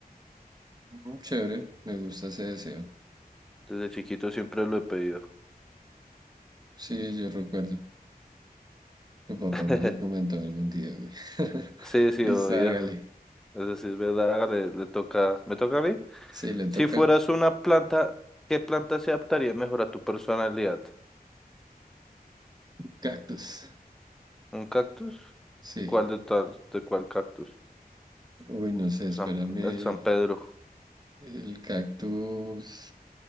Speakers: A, on the right; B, in the centre.
A: Mm, Chévere, me gusta ese deseo.
B: desde chiquito siempre lo he pedido.
A: Sí, yo recuerdo. Tu papá
B: <laughs>
A: me lo comentó algún día, güey. <laughs>
B: Sí, sí,
A: Listo,
B: obvio.
A: hágale.
B: Eso sí es verdad. le Le, toca. ¿Me toca a mí?
A: Sí, le toca.
B: Si fueras una planta, ¿qué planta se adaptaría mejor a tu personalidad?
A: Cactus.
B: ¿Un cactus?
A: Sí.
B: ¿Cuál de, tantos? de cuál cactus?
A: Uy, no sé, espérame.
B: San- el San Pedro,
A: El cactus.